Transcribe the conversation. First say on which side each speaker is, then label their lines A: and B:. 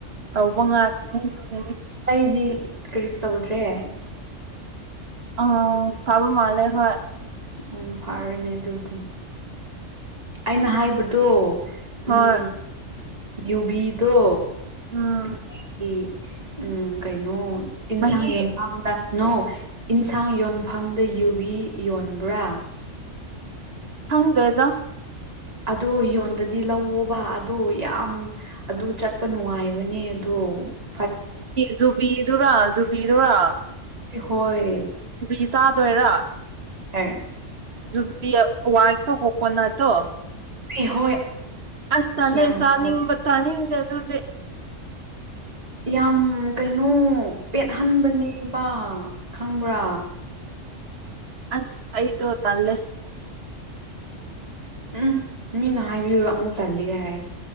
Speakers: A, on the right; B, on the right.
A: ꯇꯕ ꯉꯅꯦ
B: ꯁꯤꯗꯤ ꯀꯔꯤꯁ ꯇꯧꯗ꯭ꯔꯦ
A: ꯑꯣ ꯄꯕ ꯃꯥꯦ ꯍ
B: ꯎꯝ ꯐꯥꯔꯦꯅꯦ ꯑꯗꯨꯗꯤ ꯑꯩꯅ ꯍꯥꯏꯕꯗꯣ
A: ꯍꯣꯏ
B: ꯎꯝ ꯌꯨꯕꯤꯗꯣ
A: ꯎꯝ
B: ꯑꯩꯒꯤ ꯎꯝ ꯀꯩꯅꯣ ꯏꯟꯁꯥꯡ
A: ꯃꯍꯤ
B: ꯌꯣꯟꯈꯝꯗ ꯅꯧ ꯏꯟꯁꯥꯡ ꯌꯣꯟꯐꯝꯗ ꯌꯨꯕꯤ ꯌꯣꯟꯕ꯭ꯔꯥ
A: ꯍꯪꯗꯗ
B: ꯑꯗꯨ ꯌꯣꯟꯗꯗꯤ ꯂꯧꯋꯣꯕ ꯑꯗ ꯌꯥꯝ ꯑꯗꯨ ꯆꯠꯄ ꯅꯨꯡꯉꯥꯏꯕꯅꯦ ꯑꯗꯣ ꯑꯣ
A: ꯖꯨꯕꯤꯗꯨꯔ ꯖꯨꯕꯤꯗꯨꯔ
B: ꯍꯣꯏ
A: ꯆꯥꯗꯣꯏꯔꯥ
B: ꯑ
A: ꯔꯨꯕ ꯋꯥꯏ ꯇꯣ ꯍꯀꯣꯟꯅ ꯑꯗꯨꯣ
B: ꯍꯣꯏ ꯍꯣꯏ
A: ꯑꯁ ꯇꯅꯦ
B: ꯒ꯭ꯌꯥꯟ
A: ꯆꯥꯅꯤꯡꯕ
B: ꯇꯥꯗꯦ
A: ꯆꯥꯅꯤꯡꯗꯦ ꯑꯗꯨꯗꯤ
B: ꯌꯥꯝ ꯀꯩꯅꯣ ꯄꯦꯠꯍꯟꯕꯅꯦꯕ ꯈꯪꯕ꯭ꯔꯥ
A: ꯑꯁ ꯑꯥꯏ ꯇ ꯍ ꯇꯜꯦ
B: ꯎꯝ ꯃꯤꯅ ꯍꯥꯏꯕꯤꯔꯣ ꯑꯃꯨꯛ ꯆꯜꯂꯤꯒꯦ ꯍꯥꯏ